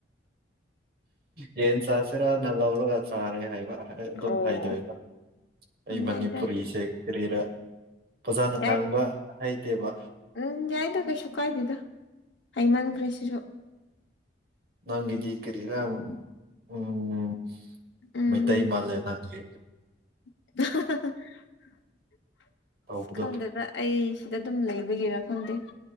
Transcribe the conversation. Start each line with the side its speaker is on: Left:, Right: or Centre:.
Right: ꯌꯦꯟ ꯆꯁꯤꯔꯣ ꯅꯜ ꯑꯣꯒ ꯑ ꯁꯥꯔꯦ ꯍꯥꯏꯕ ꯑꯗꯨꯝ
Left: ꯑꯣ
Right: ꯍꯥꯏꯗꯣꯏꯕ ꯑꯩ
Left: ꯍꯣꯏ
Right: ꯃꯅꯤꯄꯨꯔꯤꯁꯦ
Left: ꯌꯥꯏ ꯇꯔ
Right: ꯀꯔꯤꯔꯥ ꯐꯖꯅ
Left: ꯌꯥ
Right: ꯉꯥꯡꯕ ꯍꯩꯇꯦꯕ
Left: ꯎ ꯌꯥꯥꯏꯗꯒꯁꯨꯨ ꯀꯥꯏꯗꯗ ꯍꯩꯃꯟ ꯀ꯭ꯔꯔꯤꯁꯤꯁꯨ
Right: ꯅꯪ ꯀꯔꯤꯔ ꯎꯝ
Left: ꯎꯝ
Right: ꯃꯩꯊꯥꯏ ꯃꯥꯂꯦ ꯅꯪ ꯁꯤ
Left: <inaudible>
Right: ꯇꯧꯕꯗꯣ
Left: ꯑꯁ ꯈꯪꯗꯗ ꯑꯩ ꯁꯤꯗ ꯑꯗꯨꯝ ꯂꯩꯕꯒꯤꯔꯥ ꯈꯪꯗꯦ